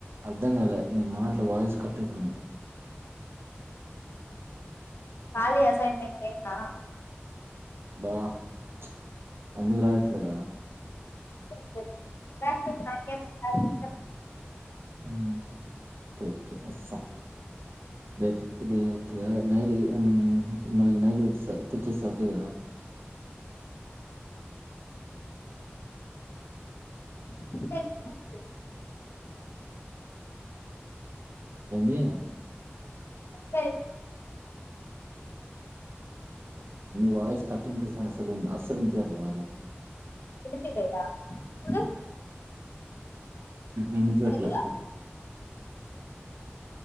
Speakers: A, on the right; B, on the left.
A: అర్ధంగాలే నీ మాట్లు వాయిస్ కట్ అయితంది.
B: కాలే అసైన్మెంట్ లేర్నా
A: బా ప్చ్ అందుకు రాయట్లేదా?
B: <inaudible> రాయాక్పోతే నాకేమి సార్ <unintelligible>
A: ఉమ్ కేకే నామాస్సా రేపు రేపుద నైడి మళ్ళీ నైడ్ తెచ్చేస్త ఓకే కదా
B: <unintelligible>
A: కంది
B: సయి
A: వయిస్ కట్ంటి సంగసలు అస్సలు ఇంతర్ల మ
B: యినిపిపిలేదా ఇప్పుడు
A: ఎందు
B: ఇప్పుడు
A: వీట్లా
B: కూడా